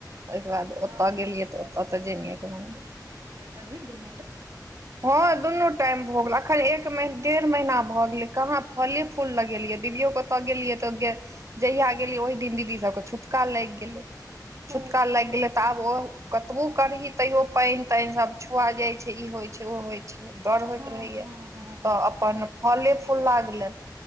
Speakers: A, on the right; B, on the right.
A: ओकर बाद
B: ओ
A: ओतऽ गेलियै तऽ ओतऽ तऽ जानियै कनि गेल।
B: भी दुूनूटा
A: हँ, दुनू टाइम भऽ गेल। एखन एक डेढ़ महीना भऽ गेलै। कहाँ फल फूल लगेलियै? दिवियो कतऽ गेलियै तऽ गे? जहिया गेलियै, ओहि दिन दीदीसभके छुट्टी लागि गेलै।
B: टा
A: छुट्टी
B: ओ
A: लागि गेलै तऽ आब ओ कतबो करय, तैयो पानि तनि सभ छुआ जाय छै, ई होइ छै। ओ होइत छै, डर होइत
B: हँ
A: रहैत
B: हँ
A: छै
B: हँ
A: तऽ अपन फल फूल लागलनि।